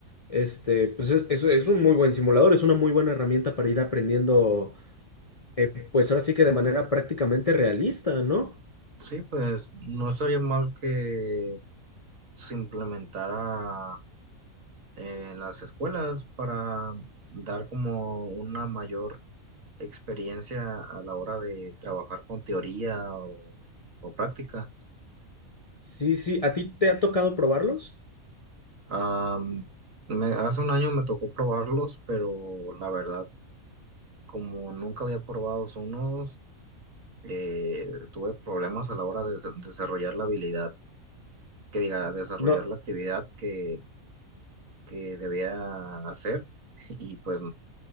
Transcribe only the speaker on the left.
este, pues es, es- es un muy buen simulador, es una muy buena herramienta para ir aprendiendo, eh, pues ahora sí que de manera prácticamente realista, ¿no?
Sí, sí, ¿a ti te ha tocado probarlos?
No,